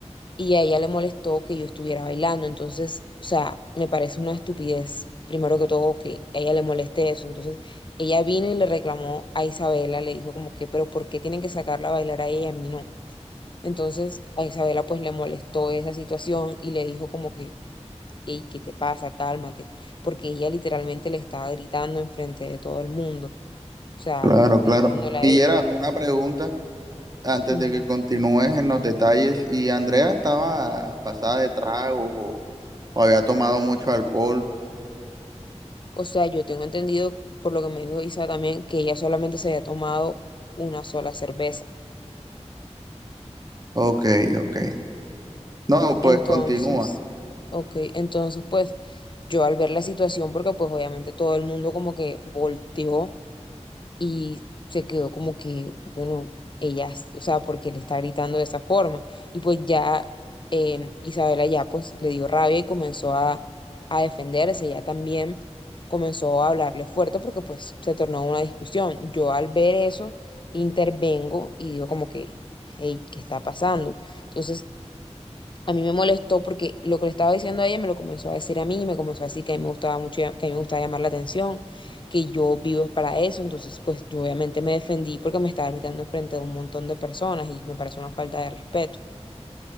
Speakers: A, on the left; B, on the right.
A: Y a ella le molestó que yo estuviera bailando. Entonces, o sea, me parece una estupidez, primero que todo, que a ella le moleste eso. Entonces, ella vino y le reclamó a Isabela, le dijo como que, pero ¿por qué tienen que sacarla a bailar a ella, y a mí no? Entonces a Isabela pues le molestó esa situación y le dijo como que, hey, ¿qué te pasa? Cálmate, porque ella literalmente le estaba gritando enfrente de todo el mundo, o sea,
B: Claro,
A: gritándole
B: claro.
A: a
B: Y
A: ella.
B: era una pregunta, Antes
A: Ujú.
B: de que continúes en los detalles, ¿y Andrea estaba pasada de tragos o, o había tomado mucho alcohol?
A: O sea, yo tengo entendido, por lo que me dijo Isa también, que ella solamente se había tomado una sola cerveza.
B: Ok, ok. No, pues
A: Entonces,
B: continúa.
A: ok, entonces pues yo al ver la situación, porque pues obviamente todo el mundo como que volteó y se quedó como que, bueno, ella, es- o sea, porque le está gritando de esa forma. Y pues ya eh, Isabela ya pues le dio rabia y comenzó a, a defenderse, ella también comenzó a hablarle fuerte porque pues se tornó una discusión. Yo al ver eso intervengo y digo como que, hey, ¿qué está pasando? Entonces a mí me molestó porque lo que le estaba diciendo a ella me lo comenzó a decir a mí, me comenzó a decir que a mí me gustaba mucho, ya- que a mí me gustaba llamar la atención, que yo vivo es para eso, entonces pues yo obviamente me defendí porque me estaba gritando enfrente de un montón de personas y me parece una falta de respeto.